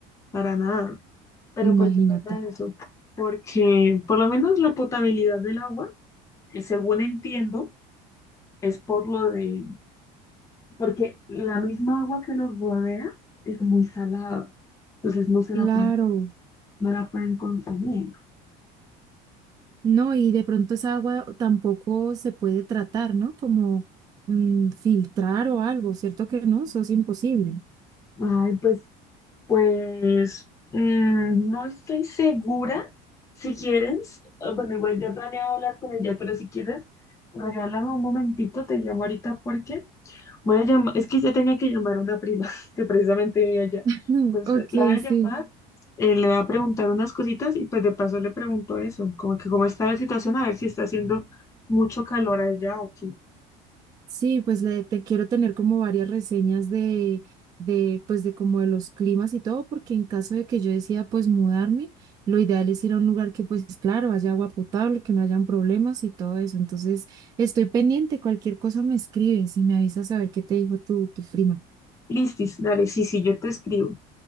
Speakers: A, on the left (about 20°); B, on the right (about 20°).
A: para nada. Pero
B: imagínate.
A: ¿por qué pasa eso? Porque por lo menos la potabilidad del agua, eh, según entiendo, es por lo de... porque la misma agua que los rodea es muy salada, entonces no se
B: Claro.
A: la pueden, no la pueden consumir.
B: No, y de pronto esa agua tampoco se puede tratar, ¿no? Como mm, filtrar o algo, ¿cierto que no? Eso es imposible.
A: Ay, pues, pues, mm, no estoy segura. Si quieres, eh, bueno, igual yo planeaba hablar con ella, pero si quieres, regálame un momentito, te llamo ahorita porque Voy a llamar, es que ya tenía que llamar a una prima <laughs> que precisamente vive allá.
B: <laughs>
A: Entonces
B: Ok,
A: la voy a llamar,
B: sí.
A: eh, le voy a preguntar unas cositas y pues de paso le pregunto eso, como que cómo está la situación, a ver si está haciendo mucho calor allá o qué.
B: Sí, pues le, te quiero tener como varias reseñas de, de, pues de como de los climas y todo, porque en caso de que yo decida pues mudarme, lo ideal es ir a un lugar que pues claro, haya agua potable, que no hayan problemas y todo eso. Entonces, estoy pendiente, cualquier cosa me escribes y me avisas a ver qué te dijo tu, tu prima.
A: Listis, dale, sí, sí, yo te escribo.